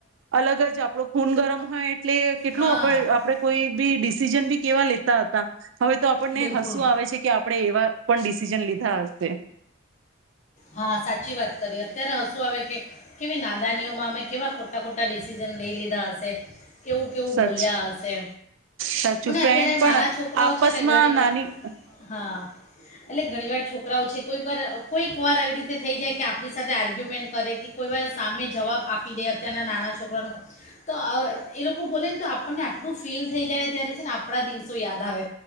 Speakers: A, on the right; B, on the left.
A: અલગ જ આપણો ખૂન ગરમ હોય એટલે કેટલું
B: હા
A: આપડે કોઈ બી ડિસિઝન બી કેવા લેતા હતા. હવે તો આપણને
B: બિલકુલ
A: હસું આવે છે કે આપણે એવા પણ ડિસિઝન લીધા હશે.
B: હા સાચી વાત કરીએ અત્યારે હશું આવે કે કેવી નાદાનીઓમાં અમે કેવા ખોટા ખોટા ખોટા ડિસિઝન લઈ લીધા હશે કેવું કેવું
A: સચ
B: બોલ્યા હશે
A: સાચું
B: મને
A: ફ્રેન્ડ
B: અત્યારે
A: પણ
B: મારા છોકરાઓ
A: આપસમાં
B: છે ને ઘણી વાર
A: નાની
B: હા એટલે ઘણી વાર છોકરાઓ છે કોઈ બાર કોઈક એવી રીતે થઈ જાય કે આપણી સાથે આર્ગ્યુમેન્ટ કરે કે કોઈ વાર સામે જવાબ આપી દે અત્યારના નાના છોકરાનો તો એ લોકો બોલે ને તો આપણને આટલું ફીલ થઈ જાય ને ત્યારે છે ને આપણા દિવસો યાદ આવે